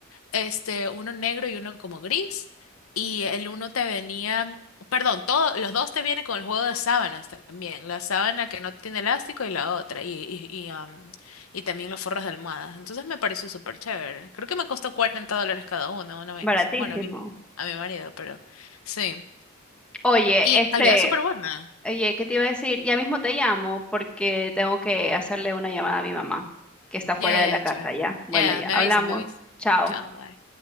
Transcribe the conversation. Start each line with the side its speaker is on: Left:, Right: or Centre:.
Left: este, uno negro y uno como gris, y el uno te venía, perdón, todo, los dos te vienen con el juego de sábanas también, la sábana que no tiene elástico y la otra, y, y, y, am, y también los forros de almohadas. Entonces me pareció súper chévere. Creo que me costó 40 dólares cada uno, una vaina
Centre: Baratísimo.
Left: así. Bueno, a mí no, a mi marido, pero sí.
Centre: Oye,
Left: Y la
Centre: este,
Left: calidad es súper buena.
Centre: oye, ¿qué te iba a decir? Ya mismo te llamo porque tengo que hacerle una llamada a mi mamá, que está fuera
Left: Yeah, yeah,
Centre: de la
Left: yeah,
Centre: casa
Left: chévere.
Centre: ya. Bueno,
Left: Yeah,
Centre: ya,
Left: me
Centre: hablamos.
Left: avisan, me avisan.
Centre: Chao.
Left: Chao, bye.